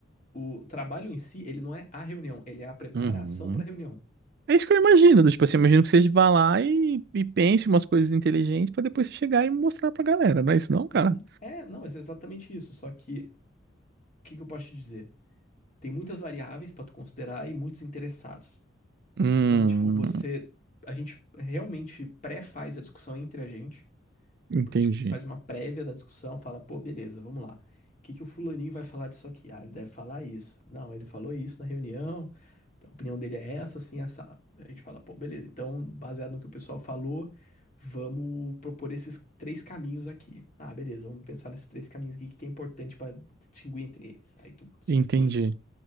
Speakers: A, on the left; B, on the right.
A: o trabalho em si, ele não é a reunião, ele é a preparação
B: Uhum.
A: para reunião.
B: É isso que eu imagino, do tipo assim, eu imagino que você vá lá e, e pense umas coisas inteligentes pra depois você chegar e mostrar pra galera, não é isso não, cara?
A: Uhum. É, não, mas é exatamente isso. Só que, o que que eu posso te dizer? tem muitas variáveis para tu considerar e muitos interessados.
B: Hum.
A: Então, do tipo, você, a gente realmente pré-faz a discussão entre a gente.
B: Entendi,
A: Tipo, a gente faz uma prévia da discussão, fala, pô, beleza, vamos lá. O que que o fulaninho vai falar disso aqui? Ah, ele deve falar isso. Não, ele falou isso na reunião. Então, a opinião dele é essa, assim, assado. A gente fala, pô, beleza. Então, baseado no que o pessoal falou, vamos propor esses três caminhos aqui. Ah, beleza, vamos pensar nesses três caminhos aqui, o que que é importante para distinguir entre eles. Aí tu estrutura.
B: entendi.